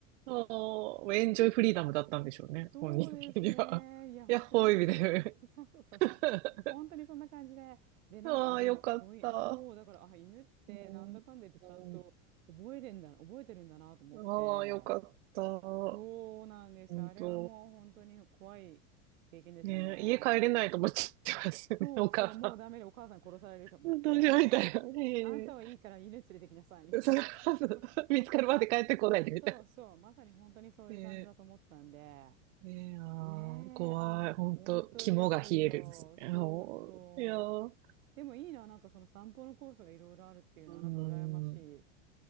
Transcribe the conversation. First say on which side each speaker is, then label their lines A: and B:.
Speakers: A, on the right; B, on the right.
A: ああ、エンジョイフリーダムだったんでしょうね、
B: そうですね。
A: 本人的には。<laughs>
B: いや、本当にまさに通りだ。
A: やっほーいみたいな。
B: <laughs> そうそうそうそう。
A: <laughs>
B: 本当にそんな感じで。で、なんか、
A: ああ、
B: あ、でも、
A: よかった。
B: こういう、そう、だから、あ、犬って、
A: うん、
B: なんだかんだ言って、ちゃんと覚えれんだ、
A: うん
B: 覚えてるんだなと思って。
A: ああ、よかった。
B: そうなんです。
A: 本当。
B: あれはもう本当に怖い経験でしたね。
A: ねえ、家帰れないと思っちゃいますね、
B: そうそう、
A: お母さ
B: もうダメでお母さん殺されると思って、
A: ん。どうしようみたいな。
B: <laughs>
A: ね
B: あんたはいいから犬連れてきなさい、みたいな。
A: え、それは <laughs>
B: <laughs> そうそうそう、
A: 見つかるまで帰ってこないでみたいな。
B: そうそうまさに本当にそういう感じだと思ったんで。
A: ねえ、ねえ、あ
B: ねえ、
A: あ、怖い。
B: ああ、
A: 本当、
B: 本当ですよ。
A: 肝が冷えるですね。
B: そうそう。
A: ああいやー
B: でもいいな、なんかその散歩のコースがいろいろあるっていうのは、
A: うーん、
B: なんか羨ましい。